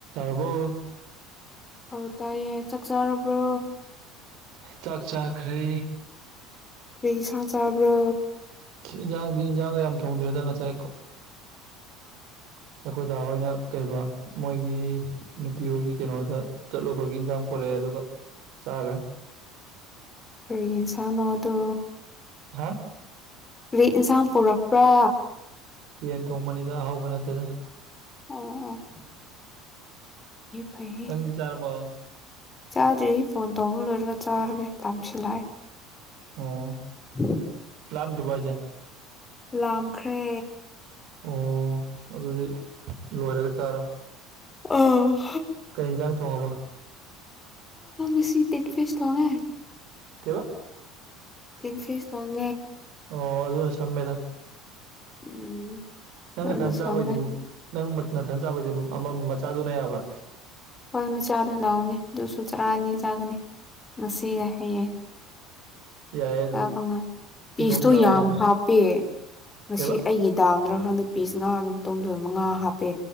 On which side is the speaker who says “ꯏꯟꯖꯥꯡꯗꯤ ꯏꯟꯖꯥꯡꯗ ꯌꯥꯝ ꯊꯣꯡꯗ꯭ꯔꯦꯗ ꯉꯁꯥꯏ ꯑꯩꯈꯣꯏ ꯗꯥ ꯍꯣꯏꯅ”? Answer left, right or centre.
Right